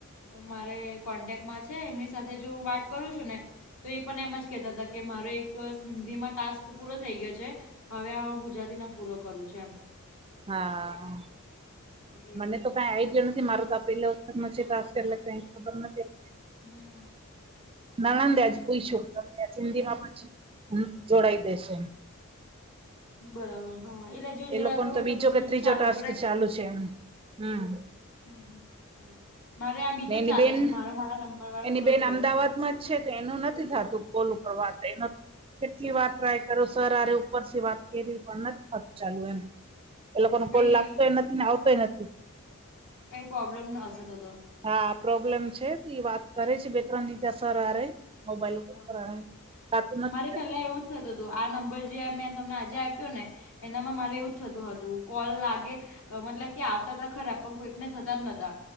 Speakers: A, on the left; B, on the right.
A: મારે કોન્ટેકમાં છે એમની સાથે જો હું વાત કરું છું ને. તો એ પણ એમ જ કેહેતા હતા કે મારો એક સિંધીમાં ટાસ્ક પૂરો થઈ ગયો છે. હવે આ હું ગુજરાતીનોો પૂરો કરું છું એમ.
B: હા
A: એટલે એવું
B: મને તો કઈ આઈડયો નથી મારું ત પલા ઉતમ વછી પાસ કરલા કઈ ખબર નથી.
A: હમ
B: નનદ આજે પૂ યછું તમને હિન્દી માં પછી જોડાઈ દેશે.
A: બરાબર. હા એટલે જો જોડાતો
B: એ લોકોને
A: હોય
B: તો બીજો
A: પછી
B: કે
A: ઉલટું
B: ત્રીજો
A: સારું
B: ટાસ્ક ચાલુ છે એમ હમ્મ.
A: હમ્મ હ બરાબર મારે આ બીજો
B: ને
A: જ
B: એની
A: ચાલે
B: બેન
A: છે મારો મારો નંબર વાર
B: એની
A: પૂરો
B: બેન
A: થયો.
B: અમદાવાદમાં છે તો એનું નથી થતું કોલ ઉપર વાત એનો કેટલી વાત ટ્રાય કરો સર અરે ઉપરથી વાત કરવી પણ નથી ખતું. ચાલુ એમ એ લોકો ન
A: કઈ
B: કોલ લાગતોય નથી ને આવતોય નથી.
A: કઈ પ્રોબ્લેમ ન ત તો.
B: હા પ્રોબ્લેમ છે વાત કરે છે બે ત્રણ નીચા સર હે મોબાઈલ ઉપર
A: હા
B: કર
A: હા
B: રાતું નથી
A: મારે
B: ક
A: પેલા એવું જ થતું હતું આ નંબર જે મેં તમને આજે આપ્યો ને એનામાં મારે એવું થતું હતું કોલ લાગે. મતલબ કે આવતા ત ખરા પણ કોઈકને થતા જ નતા